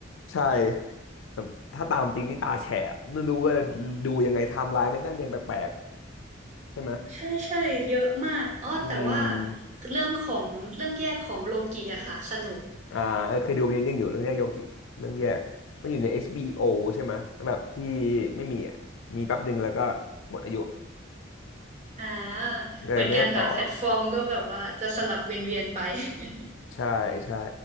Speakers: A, on the left; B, on the right.
A: ใช่แต่ถ้าตามจริงนี่ตาแฉะไม่รู้ว่าดูยังไงไทม์ไลน์มันก็เรียงแปลกๆ ใช่ไหม
B: ใช่ใช่เยอะมากอ้อแต่ว่า
A: อืม
B: เรื่องของเรื่องแยกของโลกีอะค่ะสนุก
A: อ่าเออเคยดู b l น n d นึงอยู่เรื่องแยกโยกิเรื่องแยกมันอยู่ใน HBO ใช่ไหมแล้วแบบพี่ไม่มีอ่ะมีแป๊บหนึ่งแล้วก็หมดอายุ
B: อ่า
A: เลยแม่ได้ต่อ
B: เหมือนกันค่ะแพลตฟอร์มก็แบบว่าจะสลับเวียนๆไป <laughs>
A: ใช่ใช่